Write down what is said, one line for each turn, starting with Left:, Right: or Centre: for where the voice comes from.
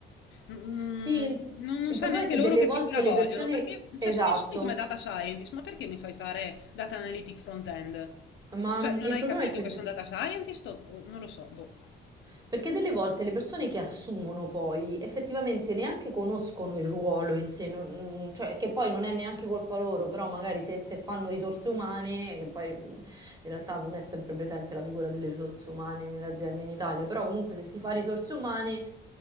Left: mm, mm,
Right: Sì, il,
Left: non, non
Right: il
Left: sa
Right: problema
Left: neanche
Right: è che
Left: loro
Right: delle
Left: che
Right: volte
Left: figura
Right: le
Left: vogliono.
Right: persone...
Left: Perché, cioè,
Right: Esatto,
Left: se mi assumi come data scientist, ma perché mi fai fare data analytic front-end?
Right: ma
Left: Cioè,
Right: mm,
Left: non
Right: il
Left: hai
Right: problema
Left: capito
Right: è che
Left: che
Right: de-
Left: sono data scientist? o- o non lo so, boh.
Right: Perché delle volte le persone che assumono poi effettivamente neanche conoscono il ruolo in sé, non- mm, cioè che poi non è neanche colpa loro, però magari se, se fanno risorse umane, che poi mm, in realtà non è sempre presente la figura delle risorse umane nelle aziende in Italia, però comunque se si fa risorse umane